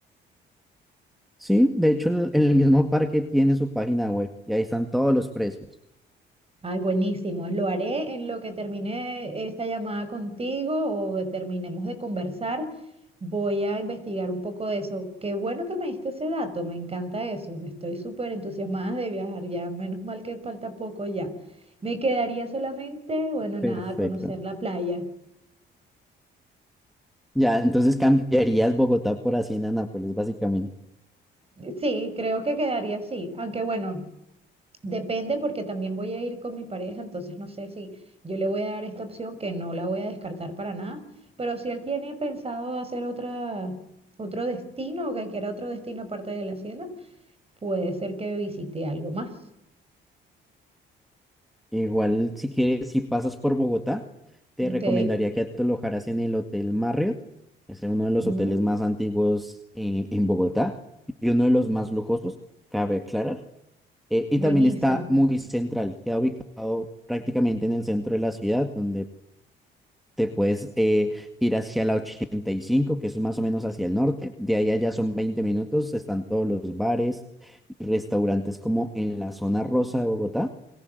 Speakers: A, in the centre; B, on the right (about 30°).
A: Sí, de hecho el, el mismo parque tiene su página web y ahí están todos los precios.
B: Ay, buenísimo. Lo haré en lo que termine esta llamada contigo o de- terminemos de conversar. Voy a investigar un poco de eso. Qué bueno que me diste ese dato, me encanta eso. Estoy súper entusiasmada de viajar ya, menos mal que falta poco ya. Me quedaría solamente, bueno, nada,
A: Perfecto.
B: conocer la playa.
A: Ya, entonces cambiarías Bogotá por Hacienda Nápoles, básicamente.
B: Sí, creo que quedaría así, aunque bueno, depende porque también voy a ir con mi pareja, entonces no sé si yo le voy a dar esta opción que no la voy a descartar para nada, pero si él tiene pensado hacer otra, otro destino o que quiera otro destino aparte de la hacienda, puede ser que visite algo más.
A: Igual si quieres, si pasas por Bogotá, te
B: Ok,
A: recomendaría que te alojaras en el Hotel Marriott. Es uno de los
B: mm,
A: hoteles más antiguos eh, en Bogotá y uno de los más lujosos, cabe aclarar. eh, y
B: buenísimo.
A: también está muy central, queda ubicado prácticamente en el centro de la ciudad, donde te puedes eh, ir hacia la 85 que es más o menos hacia el norte. De ahí allá son 20 minutos, están todos los bares y restaurantes como en la zona rosa de Bogotá.